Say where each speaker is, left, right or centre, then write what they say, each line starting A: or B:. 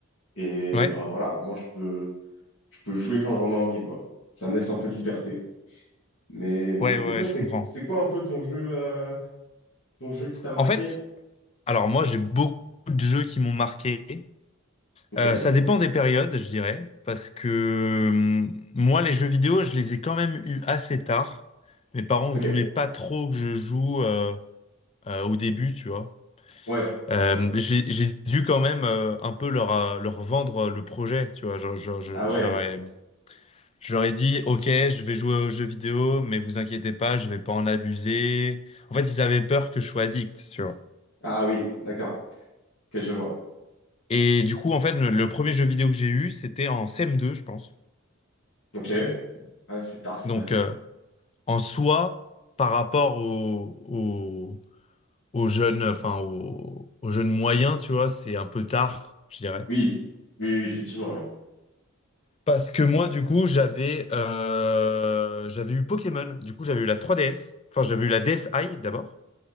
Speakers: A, on the left (about 60°); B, on the left (about 30°).
A: Et
B: ouais,
A: bah voilà, au moins je peux, je peux jouer quand j'en ai envie, quoi. Ça me laisse un peu de liberté. Mais, mais
B: ouais,
A: du coup,
B: ouais,
A: toi, c'est,
B: je comprends.
A: c'est quoi un peu ton jeu, euh, ton jeu qui t'a marqué?
B: En fait, Alors moi, j'ai beaucoup de jeux qui m'ont marqué.
A: Ok,
B: Euh, ça dépend des périodes, je dirais, parce que euh, moi, les jeux vidéo, je les ai quand même eus assez tard. Mes parents
A: ok,
B: voulaient pas trop que je joue euh, euh, au début, tu vois.
A: ouais.
B: Euh,
A: Ok.
B: j'ai j'ai dû quand même euh, un peu leur, euh, leur vendre euh, le projet, tu vois. Je, je- je-
A: Ah ouais,
B: je leur ai, je leur ai dit, OK, je vais jouer aux jeux vidéo, mais vous inquiétez pas, je vais pas en abuser. En fait, ils avaient peur que je sois addict, tu vois.
A: ah oui, d'accord. Ok, je vois.
B: Et du coup, en fait, le, le premier jeu vidéo que j'ai eu, c'était en CM2, je pense.
A: Ok, ah, c'est tard, c'est
B: Donc,
A: vrai.
B: euh, en soi, par rapport aux au, au aux jeunes, enfin, aux aux jeunes moyens, tu vois, c'est un peu tard, je dirais.
A: Oui, oui, oui, effectivement, oui.
B: Parce que moi, du coup, j'avais euh, j'avais eu Pokémon. Du coup, j'avais eu la 3DS. Enfin, j'avais eu la DSi d'abord,